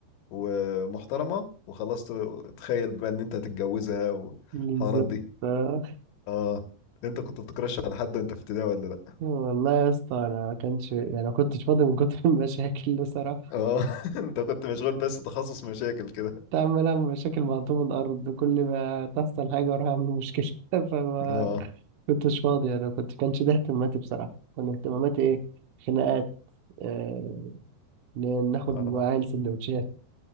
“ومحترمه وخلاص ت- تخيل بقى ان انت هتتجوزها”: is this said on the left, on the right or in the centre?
Left